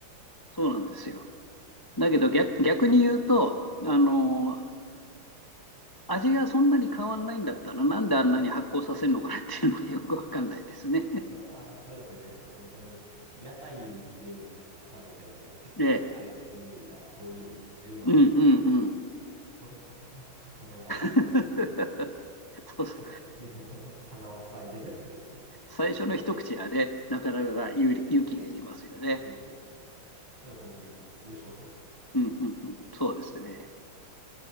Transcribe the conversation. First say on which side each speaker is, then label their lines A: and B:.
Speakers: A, on the left (about 30°); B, on the right (about 75°).
A: そうなんですよ。だけど逆、
B: うん、
A: 逆に言うと、あの、味がそんなに変わんないんだったら、なんであんなに発酵させるのかなっていうのはよくわかんないですね。<laughs>
B: ああ、そうですね。結構本当に屋台で食べても結構あれ匂いが通りに充満してるので、
A: えうんうんうん。
B: これを食べるのかって思いながら買ったんで、
A: <laughs> そうそう。
B: ちょっと口を鼻を塞いで
A: 最初の一口はね、なかなか勇勇気がいりますよね。
B: うんだから本当に美味しかったですね、これは。
A: うんうんうん。そうですね。
B: うん。